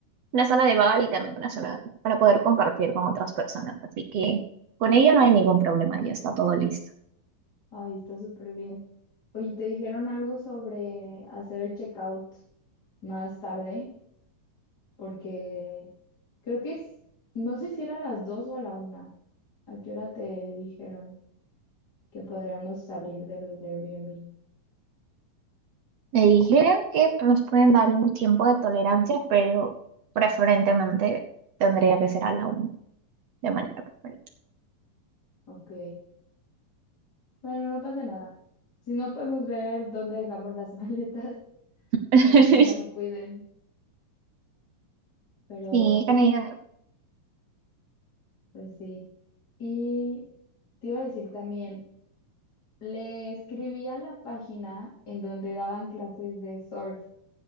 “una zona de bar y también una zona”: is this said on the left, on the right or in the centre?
Right